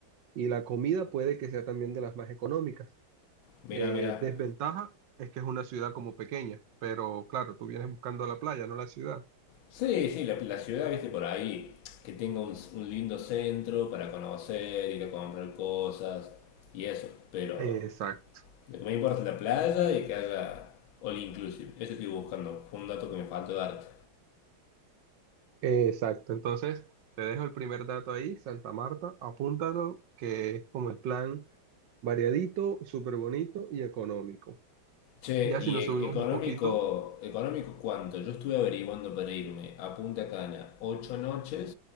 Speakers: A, on the right; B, on the left.
A: y la comida puede que sea también de las más económicas.
B: mira,
A: Eh,
B: mira.
A: desventaja es que es una ciudad como pequeña, pero claro, tú vienes buscando la playa, no la ciudad.
B: Sí, sí, la, la ciudad, viste, por ahí, que tenga un, un lindo centro para conocer, ir a comprar cosas y eso. Pero
A: Exacto,
B: lo que me importa es la playa y que haya all inclusive. Eso estoy buscando. Fue un dato que me faltó darte.
A: exacto. Entonces, te dejo el primer dato ahí, Santa Marta, apúntalo, que es como el plan variadito, súper bonito y económico.
B: Che,
A: Ya si
B: y
A: nos
B: e-
A: subimos
B: económico,
A: un poquito
B: económico cuánto? Yo estuve averiguando para irme a Punta Cana, 8 noches,